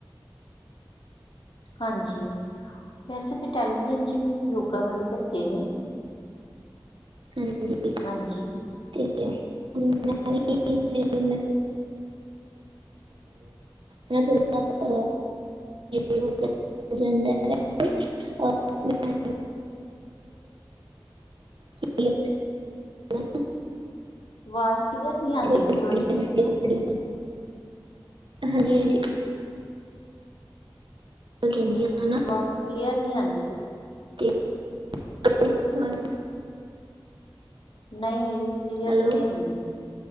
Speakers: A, on the left; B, on the right.
A: ਹਾਂਜੀ ਵੈਸੇ ਤਾਂ ਟੈਲੀਵਿਜ਼ਨ ' ਵੀ ਯੋਗਾ ਬਾਰੇ ਦੱਸਦੇ ਨੇ
B: ਹਾਂਜੀ
A: ਹਾਂਜੀ
B: ਤੇ ਮੈਂ ਵੀ ਇਥੇ <unintelligible> <unintelligible> ਮੈਂ ਥੋੜਾ <unintelligible> <unintelligible> ਹੋ ਜਾਂਦਾ ਹੈ। ਔਰ ਮੈਂ ਕੀ <unintelligible>
A: ਆਵਾਜ਼ ਕਲੀਅਰ ਨਹੀਂ ਆਉਂਦੀ
B: ਬਹੁਤ
A: ਪਈ ਤੁਹਾਡੀ
B: ਵਧੀਆ ਹੱਡੀਆਂ ਹੱਡੀਆਂ ਹਾਂਜੀ ਹਾਂਜੀ ਚੱਲ ਰਹਿੰਦੀਆਂ
A: ਆਵਾਜ਼
B: ਹਨਾ
A: ਕਲੀਅਰ ਨੀ ਆਉਂਦੀ ਪਈ
B: ਤੇ <unintelligible>
A: ਨਹੀਂ ਆਈ ਹਜੇ ਵੀ ਕਲੀਅਰ
B: ਹੈਲੋ
A: ਨਹੀਂ ਹੈਗੀ